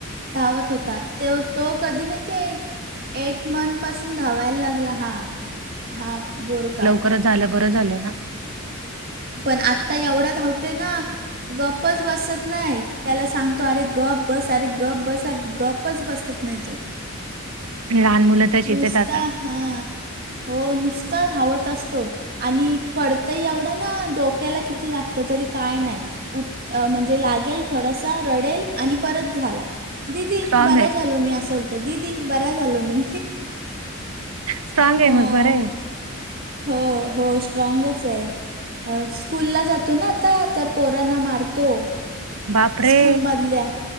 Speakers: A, on the right (about 45°); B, on the right (about 85°).
A: धावत होता ते तो कधी माहिते, एट मंथ पासून धावायला लागला. हां हां बोर.
B: बरं झालं, बरं झालं ना.
A: पण आता एवढं धावतोय ना, गप्पच बसत नाही. त्याला सांगतो. अरे गप बस, अरे गप बस, गप्पच बसत नाही तो.
B: लहान मुलं तशीच
A: नुसता
B: आहेत आता
A: हा, हो नुसता धावत असतो. आणि पडतं एवढं ना, डोक्याला किती लागतं तरी काय नाही. उठ म्हणजे, लागेल थोडंसं रडेल आणि परत झाला. दिदी
B: स्ट्रॉंग
A: बरां
B: आहे.
A: झालो मी, अस बोलतो दीदी बरां झालो मी.
B: स्ट्राग आहे,
A: हां
B: मग बरं ये.
A: हो. हो स्ट्रॉगच आहे. स्कूल ला जातो ना, आता तर पोरांना मारतो.
B: बापरे
A: स्कूल मधल्या.